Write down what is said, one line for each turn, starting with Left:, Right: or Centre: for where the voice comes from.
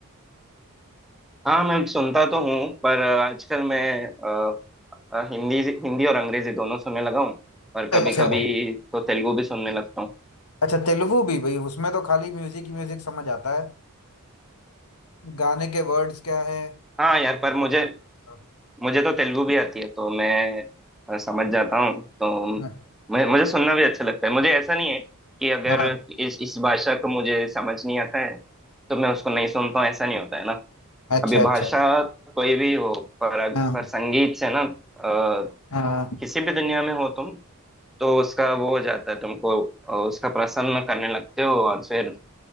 Centre: हाँ मैं सुनता तो हूँ पर आजकल मैं अ, अ, हिंदी हिंदी और अंग्रेजी दोनों सुनने लगा हूँ और कभी
Left: अच्छा
Centre: कभी तो तेलुगु भी सुनने लगता हूँ
Left: अच्छा तेलुगु भी भाई उसमें तो खाली म्यूजिक ही म्यूजिक समझ आता है गाने के वर्ड्स क्या है
Centre: हाँ यार
Left: ये सब
Centre: पर मुझे
Left: तो समझ नहीं आता।
Centre: मुझे तो तेलुगु भी आती है तो मैं अ, समझ जाता हूँ तो
Left: हाँ
Centre: मैं मुझे सुनना भी अच्छा लगता है मुझे ऐसा नहीं है कि अगर
Left: हाँ,
Centre: इस इस भाषा को मुझे समझ नहीं आता है तो मैं उसको नहीं सुनता हूँ ऐसा नहीं होता है ना
Left: अच्छा
Centre: अभी
Left: अच्छा
Centre: भाषा कोई भी हो पर
Left: हाँ
Centre: पर संगीत से ना अ,
Left: हाँ हाँ
Centre: किसी भी दुनिया में हो तुम तो उसका वो हो जाता है तुमको अ, उसका प्रसन्न करने लगते हो और फिर